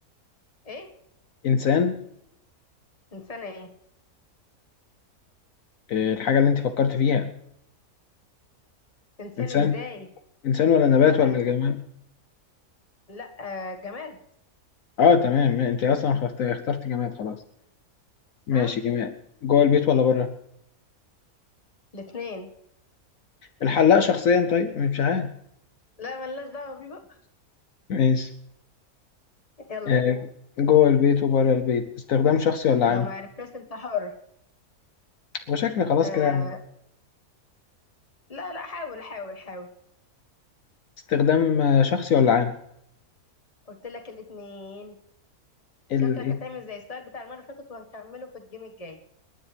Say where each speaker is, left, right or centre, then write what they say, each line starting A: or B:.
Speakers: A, on the left; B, on the left.
A: ايه
B: انسان
A: انسانه ايه
B: آه الحاجه اللي انت فكرت فيها
A: انسان
B: انسان
A: ازاي
B: انسان ولا نبات
A: لا
B: ولا جماد
A: لا جماد
B: اه تمام ما انت اصلا خفت- اخترت جماد خلاص ماشي
A: ها
B: جماد جوه البيت ولا بره
A: الاتنين
B: الحلاق شخصيا طيب مش عارف
A: لا ملناش دعوه بيه بقى
B: ماشي
A: يلا
B: آه جوه البيت وبره البيت استخدام شخصي ولا عام
A: لو ما عرفتش انت حر
B: وشكل خلاص
A: آه
B: كده يعني
A: لا لا حاول حاول حاول
B: استخدام آه، شخصي ولا عام
A: قلت لك الاتنين
B: ال...
A: شكلك هتعمل زي السؤال بتاع المره اللي فاتت وهنكمله في الجيم الجاي